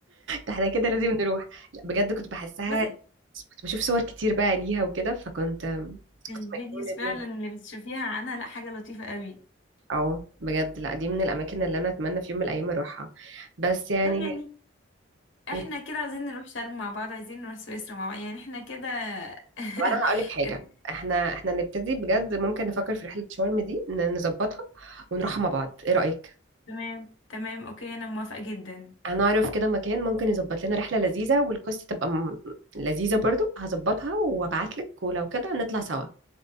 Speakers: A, on the right; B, on the left.
A: احنا كده لازم نروح لا بجد كنت بحسها
B: بس
A: كنت بشوف صور كتير بقى ليها وكده فكنت
B: الفيديوز
A: كنت مجنونة
B: فعلا
A: بيها
B: اللي بتشوفيها عنها لا حاجه لطيفه قوي
A: او بجد لا دي من الاماكن اللي انا اتمنى في يوم من الايام اروحها بس يعني
B: طب يعني احنا
A: طب
B: كده عايزين نروح شرم مع بعض عايزين نروح سويسرا مع بعض يعني احنا كده <laughs>
A: انا هقول لك حاجة احنا احنا نبتدي بجد ممكن نفكر في رحلة شرم دي ن- نظبطها ونروحها مع بعض ايه رأيك
B: تمام تمام اوكي انا موافقه جدا
A: انا اعرف كده مكان ممكن يظبط لنا رحله لذيذه والكوست تبقى م... لذيذه برضو هظبطها وابعت لك ولو كده نطلع سوا